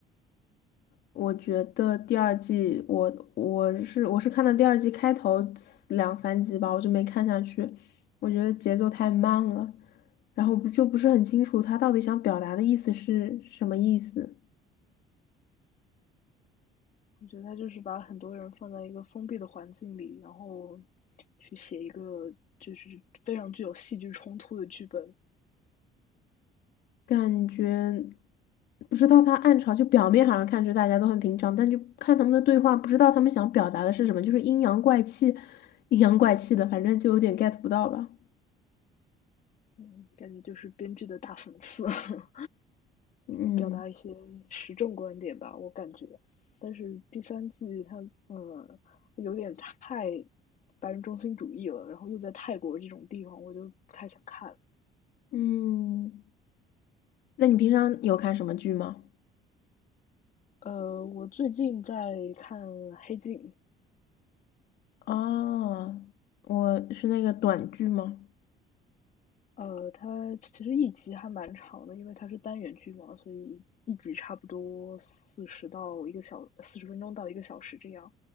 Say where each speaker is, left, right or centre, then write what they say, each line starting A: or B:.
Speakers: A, on the left; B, on the left.
A: 我觉得第二季，我我是我是看到第二季开头两三集吧，我就没看下去，我觉得节奏太慢了，然后不就不是很清楚他到底想表达的意思是什么意思。
B: 我觉得他就是把很多人放在一个封闭的环境里，然后去写一个就是非常具有戏剧冲突的剧本。
A: 感觉不知道他暗潮，就表面好像看着大家都很平常，但就看他们的对话，不知道他们想表达的是什么，就是阴阳怪气，阴阳怪气的，反正就有点 get 不到吧。
B: 嗯，感觉就是编剧的大讽刺。<laughs>
A: 嗯
B: 表达一些时政观点吧，我感觉。但是第三季它，嗯，有点太白人中心主义了，然后又在泰国这种地方，我就不太想看。
A: 嗯，那你平常有看什么剧吗？
B: 呃，我最近在看《黑镜》，
A: 哦，我是那个短剧吗？
B: 呃，它其实一集还蛮长的，因为它是单元剧嘛，所以一集差不多四十到一个小四十分钟到一个小时这样。